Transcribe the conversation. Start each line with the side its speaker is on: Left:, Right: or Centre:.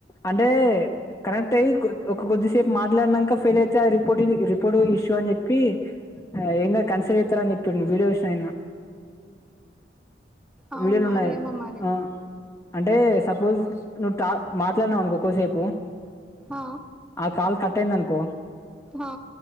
Left: అంటే కరెక్ట్ అయ్యి కొద్ ఒక కొద్దిసేపు మాట్లాడినంక ఫెల్ అయి తే అది రిపోర్ట్ రిపోర్ట్ ఇష్యూ అన్జెప్పీ ఆ ఏంగాదు కన్సల్ట్ చేత్తరని జెప్పిండు వీడియో జూష్నా నిన్న
Centre: అవునా
Left: వీడియోలు ఉన్నాయి
Centre: ఏమో మరె
Left: ఆ, అంటే సపోజ్ నువ్ టా మాట్లాడినవనుకో కొసేపు
Centre: ఆ!
Left: ఆ కాల్ కట్టయిందనుకో
Centre: ఆ!